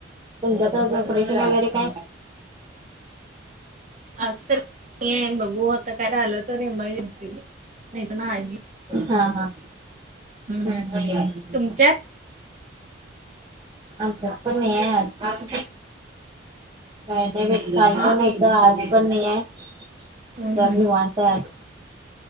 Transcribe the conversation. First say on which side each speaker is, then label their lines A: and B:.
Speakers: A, on the right; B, on the right.
A: तुमच्यात आज ऑपरेशन वगैरे काय?
B: आज तर <inaudible> बघू आता काय आलो तर एमर्जन्सी, नाहीतर नाही.
A: हा हा.
B: हम्म,
A: हम्म
B: तुमच्यात?
A: आमच्यात पण नई हाय आज काही नाही
B: हा
A: बाई, काल पण नाही, आज पण नाही हाय, सर
B: हम्म
A: निवांत हाय आज.